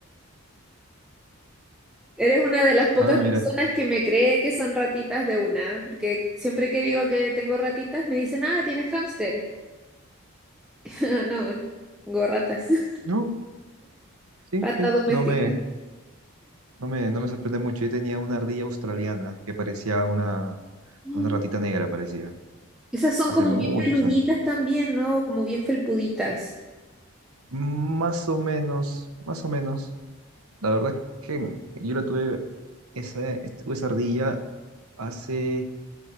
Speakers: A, in the centre; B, on the right (about 80°).
A: Eres una de las pocas
B: Ah, mira.
A: personas que me cree que son ratitas de una, porque siempre que digo que tengo ratitas me dicen, ah, tienes hámster. <laughs> No, tengo ratas, <laughs>
B: No, sí,
A: rata
B: sí.
A: doméstica.
B: No me, no me, no me sorprende mucho. Yo tenía una ardilla australiana que parecía una,
A: Oh.
B: una ratita negra, parecía.
A: Esas son
B: Hace
A: como
B: muchos
A: bien peluditas
B: años.
A: también, ¿no? Como bien felpuditas.
B: Más o menos, más o menos. La verdad que yo la tuve, esa, tuve esa ardilla hace,